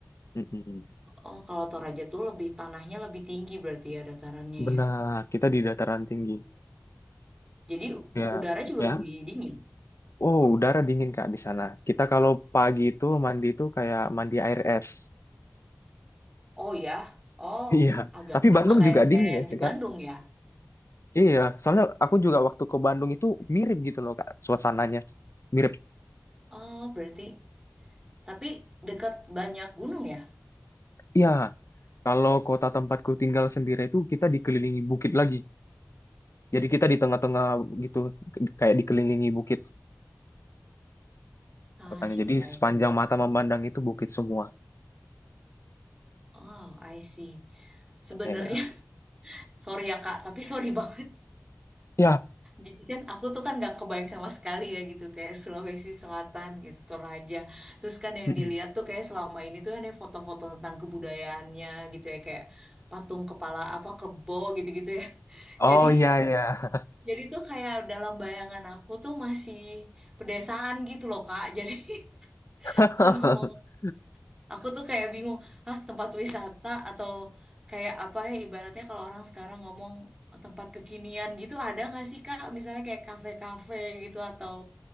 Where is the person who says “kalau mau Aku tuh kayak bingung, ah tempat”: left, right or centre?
Right